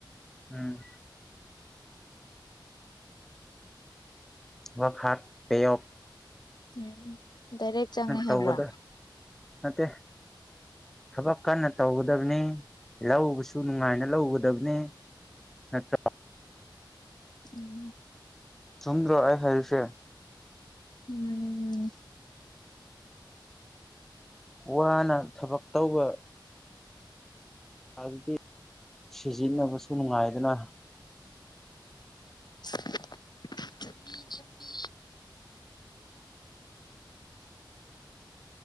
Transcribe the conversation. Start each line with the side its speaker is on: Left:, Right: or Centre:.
Centre: ꯎꯝ ꯍ ꯍꯥꯛ ꯄꯦꯌ
Left: ꯎꯝ ꯗꯥꯏꯔꯦꯛ ꯆꯪꯉꯦ ꯍꯥꯏꯕ꯭ꯔꯥ
Centre: ꯇꯧꯒꯗ ꯅꯠꯇꯦ ꯊꯕꯛ ꯀꯟꯅ ꯇꯧꯒꯗꯕꯅꯤ ꯂꯧꯧꯕꯁꯨ ꯅꯨꯡꯉꯥꯏꯅ ꯂꯧꯒꯗꯕꯅꯦ ꯅꯠꯇ꯭ꯔꯥ
Left: ꯎꯝ
Centre: ꯁꯨꯝꯗ꯭ꯔꯣ ꯑ ꯍꯥꯏꯦꯜꯁꯦ
Left: ꯃꯥꯅꯦ ꯃꯥꯅꯦ
Centre: ꯋꯥꯅ ꯊꯕꯛ ꯇꯧꯕ ꯑꯗꯨꯗꯤ ꯁꯤꯖꯤꯟꯅꯕꯁꯨ ꯅꯨꯡꯉꯥꯏꯗꯅ
Left: ꯆꯃꯤ ꯆꯨꯝꯃꯤ